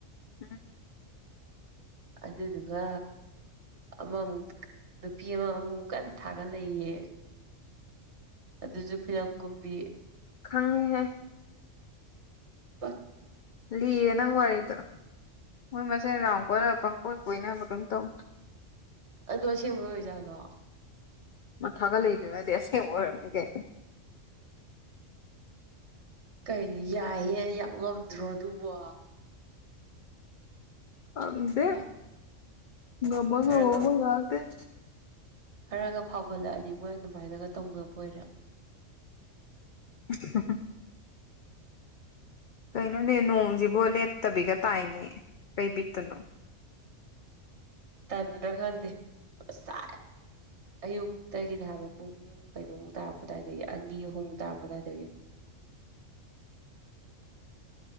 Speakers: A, on the left; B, on the right.
A: ꯎꯝ
B: ꯑꯗꯨꯗꯨꯒꯥ ꯑꯃꯃꯨꯛ ꯅꯨꯄꯤ ꯑꯃ ꯑꯃꯨꯃꯨꯛ ꯀꯟ ꯊꯥꯒꯠꯂꯛꯏꯌꯦ ꯑꯗꯨꯖꯨ ꯐꯤꯂꯝ ꯀꯨꯝꯕꯤ
A: ꯈꯪꯉꯤꯍꯦ
B: ꯑ
A: ꯂꯤꯔꯦ ꯅꯪ ꯋꯥꯔꯤꯗꯣ ꯃꯣꯏ ꯃꯁꯦꯟ ꯔꯥꯎꯟ ꯀꯣꯢꯅꯔ ꯄꯪ ꯀꯣꯢ ꯀꯣꯏꯅꯕ ꯀꯩꯝ ꯇꯧ
B: ꯑꯗꯣ ꯑꯁꯦꯡꯕꯩ ꯑꯣꯏꯖꯥꯠꯂꯣ
A: ꯃꯥ ꯊꯥꯒꯠꯂꯛꯏꯗꯨꯅꯗꯤ ꯑꯁꯦꯡꯕ ꯑꯣꯏꯔꯝꯅꯤ ꯀꯩꯅꯣ
B: ꯀꯩ ꯌꯥꯏꯍꯦ ꯌꯥꯝ ꯉꯝꯗ꯭ꯔꯣ ꯑꯗꯨꯕꯣ
A: ꯈꯪꯗꯦ
B: ꯃꯥ
A: ꯉꯝꯃ ꯉꯝꯃꯕ
B: ꯈꯔꯒ
A: ꯉꯥꯛꯇꯅꯤ
B: ꯈꯔꯒ ꯐꯥꯎꯒꯠꯂꯛꯑꯅꯤ ꯃꯣꯏ ꯑꯗꯨꯃꯥꯏꯅꯒ ꯇꯧꯅꯕꯣꯏꯔꯦ
A: <unintelligible> ꯀꯩꯅꯣꯅꯦ ꯅꯣꯡꯁꯤꯕꯣ ꯂꯦꯞꯇꯕꯤꯒ ꯇꯥꯏꯅꯦ ꯀꯩ ꯕꯤꯠꯇꯅꯣ
B: ꯇꯟꯗ꯭ꯔꯥ ꯈꯪꯗꯦ ꯉꯁꯥꯏ ꯑꯌꯨꯛꯇꯒꯤꯅꯦ ꯍꯥꯏꯕ ꯄꯨꯡ ꯀꯩꯅꯣꯃꯨꯛ ꯇꯥꯔꯛꯄ ꯑꯗꯨꯋꯥꯏꯗꯒꯤ ꯑꯅꯤ ꯑꯍꯨꯝꯃꯨꯛ ꯇꯥꯔꯛꯄ ꯑꯗꯨꯋꯥꯏꯗꯒꯤ
A: <inaudible>